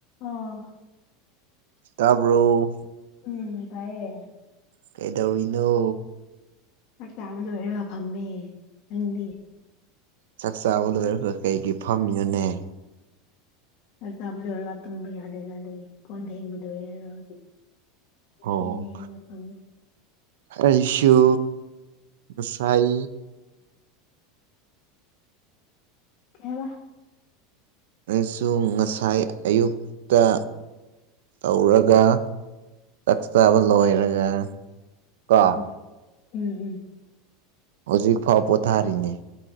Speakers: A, on the left; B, on the right.
A: ꯑꯥ
B: ꯇꯥꯕ꯭ꯔꯣ?
A: ꯎꯝ ꯇꯥꯏꯌꯦ꯫
B: ꯀꯩꯗꯧꯔꯤꯅꯣ?
A: ꯆꯥꯛ ꯆꯥꯕ ꯂꯣꯔꯒ ꯐꯝꯃꯦ꯫ ꯅꯪꯗꯤ?
B: ꯆꯥꯛ ꯆꯥꯕ ꯂꯣꯏꯔꯒ ꯀꯩꯒꯤ ꯐꯝꯃꯤꯅꯣꯅꯦ?
A: ꯆꯥꯛ ꯆꯥꯕ ꯂꯣꯏꯔꯒ ꯇꯨꯝꯕ ꯌꯥꯗꯦꯅ ꯑꯗꯨꯒꯤ ꯀꯣꯟ ꯐꯦꯡꯕ ꯂꯣꯏꯔꯦ ꯍꯧꯖꯤꯛ꯫
B: ꯑꯣ
A: ꯌꯦꯡꯅ ꯌꯦꯡꯅ ꯐꯝꯃꯦ꯫
B: ꯑꯩꯁꯨ ꯉꯁꯥꯏ,
A: ꯀꯩ ꯍꯥꯏꯕ?
B: ꯑꯩꯁꯨ ꯉꯁꯥꯏ ꯑꯌꯨꯛꯇ ꯇꯧꯔꯒ, ꯆꯥꯛ ꯆꯥꯕ ꯂꯣꯏꯔꯒ ꯀꯣ
A: ꯎꯝ ꯎꯝ ꯎꯝ
B: ꯍꯧꯖꯤꯛ ꯐꯥꯎ ꯄꯣꯊꯥꯔꯤꯅꯦ